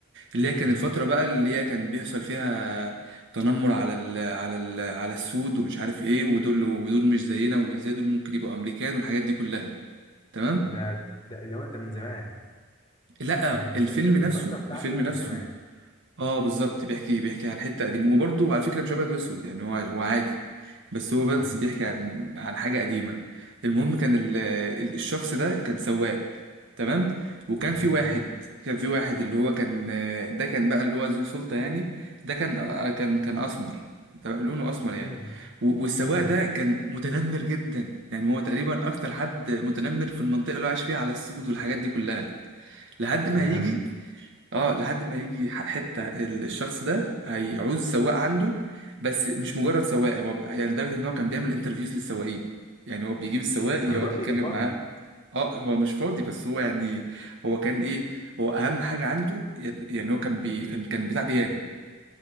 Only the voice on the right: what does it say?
اللي
هي كان الفترة بقى اللي هي كان بيحصل فيها تنمر على ال على ال على السود ومش عارف ايه ودول ودول مش زينا وازاي دول ممكن يبقوا امريكان والحاجات دي كلها تمام
لا
الفيلم نفسه
الفيلم
نفسه
اه بالظبط بيحكي بيحكي عن حته قديمه وبرضه على فكره مش ابيض واسود يعني هو هو عادي بس هو
بس بيحكي عن عن حاجه قديمه المهم كان ال- ال- الشخص ده كان سواق تمام وكان
في واحد
كان في واحد اللي هو كان ده كان بقى اللي هو ذو سلطه يعني ده كان آه، كان كان اسمر تمام؟ لونه اسمر يعني
و- والسواق
ده كان متنمر جدا يعني هو تقريبا اكتر حد متنمر في المنطقه اللي هو عايش فيها على السود والحاجات دي كلها لحد ما
هيجي
اه لحد ما يجي ح- حته ال- الشخص ده هيعوز سواق عنده بس مش مجرد سواق هو بقى- يعني لدرجه ان هو كان بيعمل انترفيوز للسواقين يعني هو بيجيب السواق
يقعد يتكلم
معاه اه هو مش فاضي بس هو يعني هو كان ايه هو اهم حاجه عنده يد- يعني هو كان بي كان كان بتاع بيانو